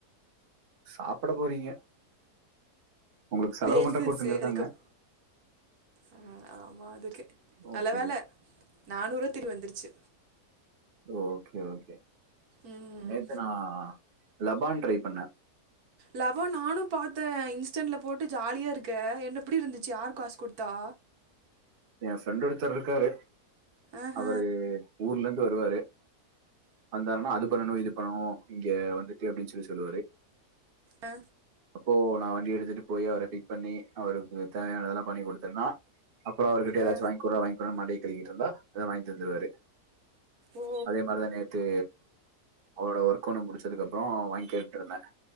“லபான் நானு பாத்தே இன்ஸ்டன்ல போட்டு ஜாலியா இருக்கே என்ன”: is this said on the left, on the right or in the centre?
Right